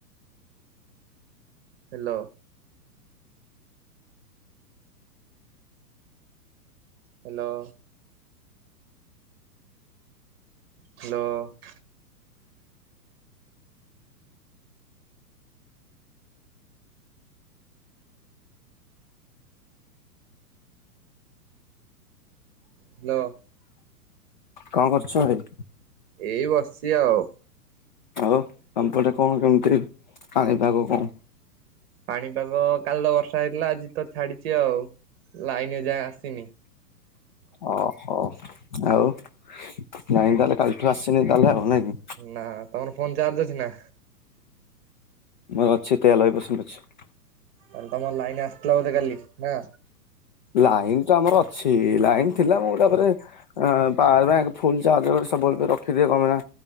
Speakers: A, on the right; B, on the left.
A: Hello. Hello? Hello? Hello
B: କଣ କରୁଛ ଭାଇ?
A: ଏଇ ବସିଛି ଆଉ।
B: ଆଉ ତମ ପଟେ କଣ କେମିତି ପାଣିପାଗ କଣ?
A: ପାଣିପାଗ କାଲି ତ ବର୍ଷା ହେଇଥିଲା ଆଜି ତ ଛାଡିଛି ଆଉ, ଲାଇନ ଏଯାଏ ଆସିନି।
B: ଓହୋଃ, ଆଉ, ଲାଇନି ତାହେଲେ କାଲିଠୁ ଆସିନି ତାହେଲେ ଆଉ ନାଇଁ କି?
A: ନା ତମର ଫୋନ ଚାର୍ଜ ଅଛି ନା?
B: ମୋର ଅଛି ତେଇୟା ଲବେ ପର୍ସେଣ୍ଟ୍ ଅଛି।
A: ତାହଲେ ତମର ଲାଇନ ଆସିଥିଲା ବୋଧେ କାଲି ନାଁ?
B: ଲାଇନ୍ ତ ଆମର ଅଛି। ଲାଇନ୍ ଥିଲା ମୁଁ ତା ପରେ ଆ ପାୱାର ବ୍ୟାଙ୍କ୍ ଫୁଲ୍ ଚାର୍ଜ ସବୁବେଳେ ତ ରଖିଦିଏ। କଣ ପାଇଁ ନା